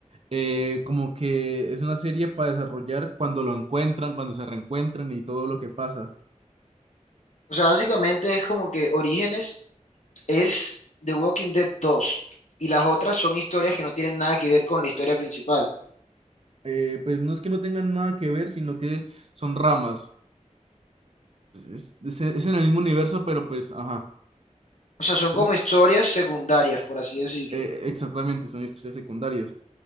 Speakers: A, on the right; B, on the left.
A: eh, como que es una serie para desarrollar cuando lo encuentran, cuando se reencuentran y todo lo que pasa.
B: O sea, básicamente es como que Orígenes es The Walking Dead 2 y las otras son historias que no tienen nada que ver con la historia principal.
A: Eh, pues no es que no tengan nada que ver, sino que son ramas. Es, es- es en el mismo universo, pero pues, ajá,
B: O sea, son
A: creo-
B: como historias secundarias, por así decirlo.
A: eh, exactamente, son historias secundarias.